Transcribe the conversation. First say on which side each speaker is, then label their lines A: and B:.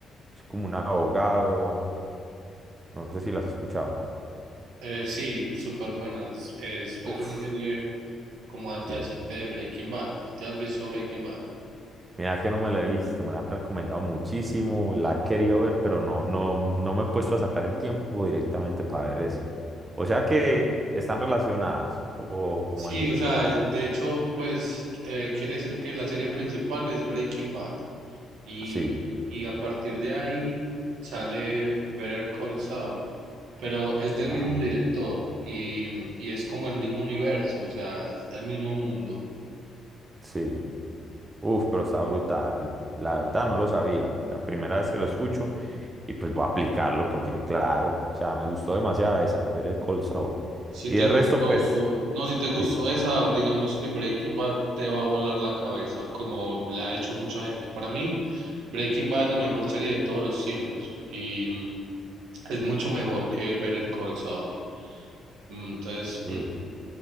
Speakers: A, on the right; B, on the right.
A: Es como un abogado, no sé si la has escuchado.
B: Eh, sí, súper buenas. Es pues
A: Uf,
B: una serie como adyacente
A: Sí.
B: de Breaking Bad. ¿Te has visto Breaking Bad?
A: Mira que no me la he visto, me la han recomendado muchísimo, la he querido ver, pero no, no, no me he puesto a sacar el tiempo directamente para ver eso. O sea que están relacionadas, o como
B: Sí,
A: así.
B: o sea, eh, de hecho, pues eh, quiere decir que la serie principal es Breaking Bad y,
A: Sí.
B: y a partir de ahí sale Better Call Saul, pero es del
A: Ah.
B: mismo director y, y es como el mismo universo, o sea, es el mismo mundo.
A: Sí. Uf, pero está brutal. La verdad no lo sabía. O sea, primera vez que lo escucho y pues voy a aplicarlo porque claro, o sea, me gustó demasiado esa, ver el Cold Soul.
B: Si
A: Y
B: te
A: de
B: gustó,
A: resto, pues,
B: no, si te gustó
A: sí.
B: esa, digamos que Breaking Bad te va a volar la cabeza, como la ha hecho mucha gente. Para mí, Breaking Bad es la mejor serie de todos los tiempos y mm, es mucho mejor que Better Call Saul. Mm, Entonces,
A: sí.
B: mm,